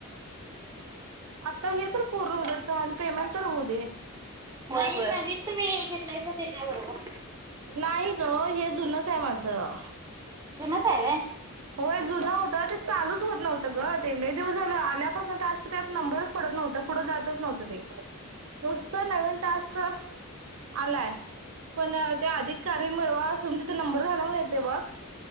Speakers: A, on the right; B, on the right.
A: आता हे तर पूर्ण होऊ दे आणि पेमेंट तर होऊ दे.
B: नाही <inaudible> नवीन तुम्ही हे घेतलायसा त्याच्याबरोबर.
A: नाही ग हे जुनच हाय माझं.
B: जुनंच हाय हे.
A: हो हे जुन होतं ते चालूच होत नव्हत ग, ते. लय दिवस झालं, आल्यापासून टास्क, त्यात नंबरच पडत नव्हत तर पुढं जातच नव्हतं ते, नुसतं नवीन टास्क आलाय. पण त्या अधिक कार्य मिळवा, अस, तिथ नंबर घाला, म्हणून येते बघ.